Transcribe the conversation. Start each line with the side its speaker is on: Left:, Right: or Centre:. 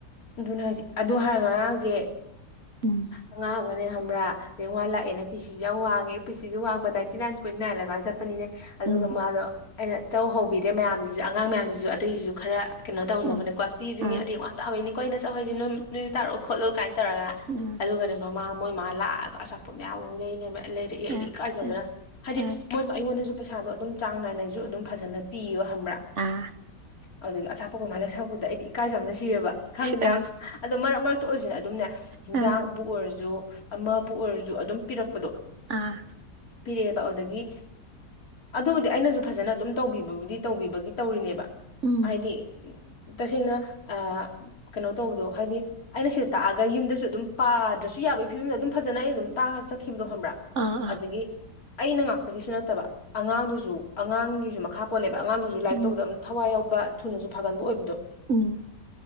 Left: ꯑꯗꯨꯅꯦ ꯍꯥꯏꯁꯦ ꯑꯗꯨ ꯍꯥꯏꯔ ꯉꯔꯥꯡꯁꯦ
Right: ꯎꯝ
Left: ꯑꯉꯥꯡ ꯑꯃꯅꯦ ꯈꯪꯕ꯭ꯔꯥ ꯔꯦꯡꯋꯥꯜ ꯂꯥꯛꯑꯦꯅ ꯄꯤ ꯁꯤꯁꯨ ꯌꯥꯝ ꯋꯥꯡꯉꯦ ꯄꯤ ꯁꯤꯁꯨ ꯋꯥꯡꯕ ꯅꯥꯏꯟꯇꯤ ꯅꯥꯏꯟ ꯄꯣꯏꯟ ꯅꯥꯏꯟ ꯑꯗꯨꯃꯥꯏꯅ ꯆꯠꯄꯅꯤꯅꯦ ꯑꯗꯨꯒ
Right: ꯎꯝ
Left: ꯃꯥꯗꯣ ꯑꯩꯅ ꯆꯧ ꯍꯧꯕꯤꯗꯦ ꯃꯌꯥꯝꯁꯤꯁꯨ ꯑꯉꯥꯡ ꯃꯌꯥꯝꯁꯤꯁꯨ ꯑꯇꯩꯁꯤꯁꯨ ꯈꯔ ꯀꯩꯅꯣ ꯇꯧꯅꯕꯅꯦꯀꯣ
Right: ꯎꯝ
Left: ꯁꯤꯁꯨ
Right: ꯎꯝ
Left: ꯃꯤ ꯔꯦꯡꯋꯥꯟ ꯇꯥꯕꯅꯤꯀꯣ ꯑꯩꯅ ꯆꯧ ꯍꯥꯏꯁꯦ ꯅꯣꯏꯁꯨ ꯇꯥꯔꯛ ꯈꯣꯠꯂꯨ ꯀꯥꯏꯅ ꯇꯧꯔꯒ
Right: ꯎꯝ
Left: ꯑꯗꯨꯒꯅꯦ ꯃꯃꯥ ꯃꯣꯏꯃꯥ ꯂꯥꯛꯑꯒ ꯑꯆꯥꯄꯣꯠ ꯃꯌꯥꯝ ꯑꯃꯨꯛ ꯂꯩ ꯂꯩꯔꯝꯃꯦ ꯂꯩꯔꯛꯑꯦ ꯑꯩꯗꯤ
Right: ꯑ
Left: ꯏꯀꯥꯏꯖꯕꯅ
Right: ꯑ
Left: ꯍꯥꯏꯗꯤ
Right: ꯑ
Left: ꯃꯣꯏꯗ ꯑꯩꯉꯣꯟꯗꯁꯨ ꯄꯩꯁꯥꯗꯣ ꯑꯗꯨꯝ ꯆꯥꯡ ꯅꯥꯏꯅꯁꯨ ꯑꯗꯨꯝ ꯐꯖꯅ ꯄꯤꯌꯦꯕ ꯈꯪꯕ꯭ꯔꯥ
Right: ꯑꯥ
Left: ꯑꯗꯨꯗꯒꯤ ꯑꯆꯥꯄꯣꯠꯀ ꯃꯥꯏ ꯂꯩꯁꯤꯟ ꯔꯛꯄꯨꯗ ꯑꯩꯗꯤ ꯏꯀꯥꯏꯖꯅ ꯁꯤꯔꯕ ꯈꯪꯗꯦ
Right: ꯑ
Left: ꯌꯥꯝ ꯑꯗꯣ ꯃꯔꯛ ꯃꯔꯛꯇ ꯑꯣꯏꯔꯁꯤꯅ ꯑꯗꯨꯝꯅꯦ ꯍꯤꯟꯖꯥꯡꯕꯨ
Right: ꯑ
Left: ꯑꯣꯏꯔꯁꯨ ꯑꯃꯕꯨ ꯑꯣꯏꯔꯁꯨ ꯑꯗꯨꯝ ꯄꯤꯔꯛꯄꯗꯣ
Right: ꯑꯥ
Left: ꯄꯤꯔꯛꯑꯦꯕ ꯑꯗꯨꯗꯒꯤ ꯑꯗꯨꯕꯨꯗꯤ ꯑꯩꯅꯁꯨ ꯐꯖꯅ ꯑꯗꯨꯝ ꯇꯧꯕꯤꯕꯕꯨꯗꯤ ꯇꯧꯕꯤꯕꯒꯤ ꯇꯧꯔꯤꯅꯦꯕ
Right: ꯎꯝ
Left: ꯍꯥꯏꯗꯤ ꯇꯁꯦꯡꯅ ꯑ ꯀꯩꯅꯣ ꯇꯧꯕꯗꯣ ꯍꯥꯏꯗꯤ ꯑꯩꯅ ꯁꯤꯗ ꯇꯥꯛꯑꯒ ꯌꯨꯝꯗꯁꯨ ꯑꯗꯨꯝ ꯄꯥꯗ꯭ꯔꯁꯨ ꯌꯥꯕꯒꯤ ꯐꯤꯕꯝꯗ ꯑꯗꯨꯝ ꯐꯖꯅ ꯑꯩꯅ ꯑꯗꯨꯝ ꯇꯥꯡꯑꯒ ꯆꯠꯈꯤꯕꯗꯣ ꯈꯪꯕ꯭ꯔꯥ
Right: ꯑꯥ ꯑꯥ
Left: ꯑꯗꯥꯒꯤ ꯑꯩꯅ ꯉꯥꯛꯇꯒꯤꯁꯨ ꯅꯠꯇꯕ ꯑꯉꯥꯡꯗꯨꯁꯨ ꯑꯉꯥꯡꯒꯤꯁꯨ ꯃꯈꯥ ꯄꯣꯜꯂꯦꯕ ꯑꯉꯥꯡꯗꯨꯁꯨ ꯂꯥꯏꯔꯤꯛ
Right: ꯎꯝ
Left: ꯇꯧꯕꯗꯣ ꯑꯗꯨꯝ ꯊꯋꯥꯏ ꯌꯥꯎꯕ ꯊꯨꯅꯁꯨ ꯐꯒꯟꯕ ꯑꯣꯏꯕꯗꯣ
Right: ꯎꯝ